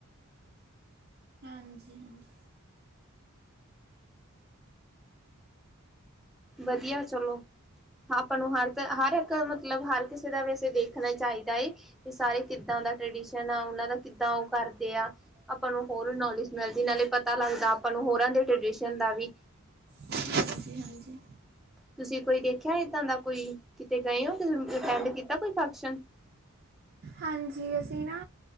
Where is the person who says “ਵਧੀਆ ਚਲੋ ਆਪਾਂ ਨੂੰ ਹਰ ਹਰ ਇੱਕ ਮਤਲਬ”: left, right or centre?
Centre